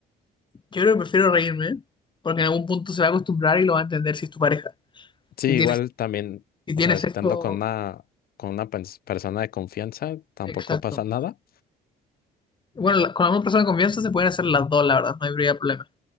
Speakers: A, on the left; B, on the left.
A: Yo creo que prefiero reírme, ¿eh? porque en algún punto se va a acostumbrar y lo va a entender si es tu pareja.
B: Sí,
A: Si
B: igual
A: tienes,
B: también,
A: si
B: o
A: tienes
B: sea, estando
A: sexo,
B: con una, con una pers- persona de confianza, tampoco
A: exacto.
B: pasa nada.
A: Bueno, la- con la misma persona de confianza se pueden hacer las dos, la verdad, no habría problema.